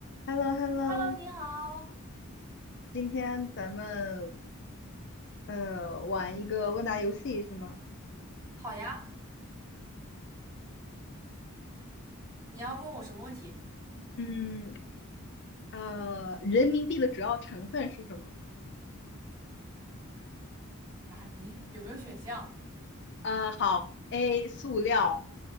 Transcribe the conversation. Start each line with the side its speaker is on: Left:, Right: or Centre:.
Left: h e l l o h e l l
Right: Hello，
Left: o
Right: 你好。
Left: 今天咱们呃玩一个问答游戏是吗？
Right: 好呀，你要问我什么问题？嗯，
Left: 嗯，呃，人民币的主要成分是什么？
Right: 纳尼？有没有选项？
Left: 呃，好，A 塑料